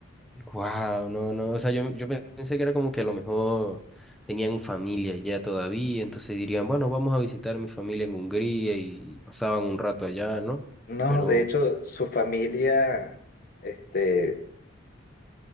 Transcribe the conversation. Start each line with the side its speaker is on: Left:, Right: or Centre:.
Centre: Wow, no, no, o sea, yo, yo pensé que era como que a lo mejor tenían familia ya todavía, entonces dirían, bueno, vamos a visitar a mi familia en Hungría y pasaban un rato allá, ¿no?
Left: No,
Centre: Pero
Left: de hecho, su familia, este,